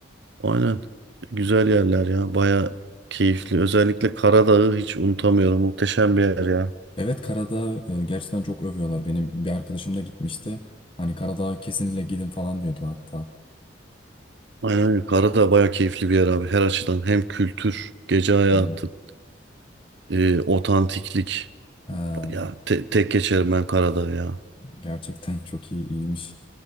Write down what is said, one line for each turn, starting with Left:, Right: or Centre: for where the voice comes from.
Right: Aynen. Güzel yerler ya, baya keyifli. Özellikle Karadağ'ı hiç unutamıyorum. Muhteşem bir yer ya.
Left: Evet Karadağ e, gerçekten çok övüyorlar. Benim bir arkadaşım da gitmişti. Hani Karadağ'a kesinlikle gidin falan diyordu hatta.
Right: Aynen öyle. Karadağ baya keyifli bir yer abi. Her açıdan hem kültür, gece hayatı,
Left: Hmm.
Right: e, otantiklik.
Left: Ee,
Right: Ya te- tek geçerim ben Karadağ ya.
Left: gerçekten <laughs> çok iyi iyiymiş.